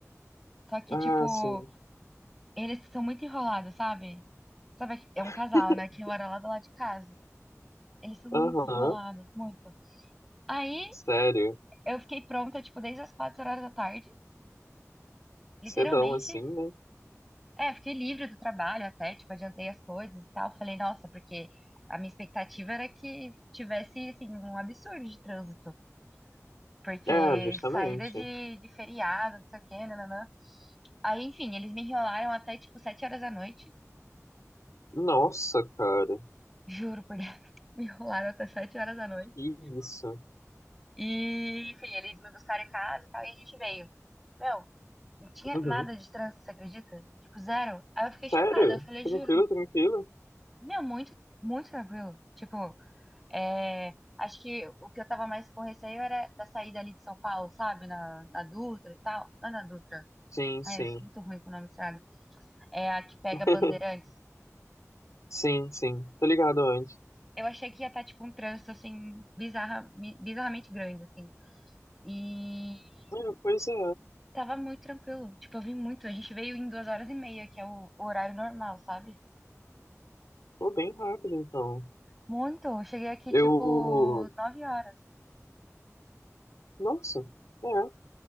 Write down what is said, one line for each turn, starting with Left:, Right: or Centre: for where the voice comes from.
Centre: Só que,
Left: Ah,
Centre: tipo,
Left: sim.
Centre: eles são muito enrolados, sabe? Sabe, que- é um
Left: <laughs>
Centre: casal, né? Que mora lá do lado de casa. Eles são muito
Left: Aham.
Centre: enrolados, muito. Aí
Left: Sério.
Centre: eu fiquei pronta, tipo, desde as quatro horas da tarde, literalmente.
Left: Cedão assim, né?
Centre: É, fiquei livre do trabalho até, tipo, adiantei as coisas e tal. Falei, nossa, porque a minha expectativa era que tivesse, assim, um absurdo de trânsito. Porque
Left: É, justamente.
Centre: saída de, de feriado, não sei o quê, nananã. Aí, enfim, eles me enrolaram até tipo sete horas da noite.
Left: Nossa, cara.
Centre: Juro por Deus. <laughs> Me enrolaram até sete horas da noite.
Left: Que isso.
Centre: E, enfim, eles me buscaram em casa e tal, e a gente veio. Meu, não tinha
Left: Uhum.
Centre: nada de trânsito, você acredita? Tipo, zero. Aí eu fiquei
Left: Sério?
Centre: chocada. Eu falei,
Left: Tranquilo,
Centre: juro,
Left: tranquilo?
Centre: meu, muito, muito tranquilo. Tipo, é, acho que o que eu tava mais com receio era da saída ali de São Paulo, sabe? Na, na Dutra e tal. Não, é na Dutra.
Left: Sim,
Centre: Ai,
Left: sim.
Centre: eu sou muito ruim com o nome dessa é a que pega
Left: <laughs>
Centre: Bandeirantes.
Left: Sim, sim. Tô ligado onde
Centre: Eu achei que ia estar, tipo, um trânsito, assim, bizarra, mi- bizarramente grande, assim. E
Left: É, pois é.
Centre: tava muito tranquilo. Tipo, eu vim muito. A gente veio em duas horas e meia, que é o, o horário normal, sabe?
Left: Pô, bem rápido, então.
Centre: Muito. Eu cheguei aqui,
Left: Eu.
Centre: tipo, nove horas.
Left: Nossa. É.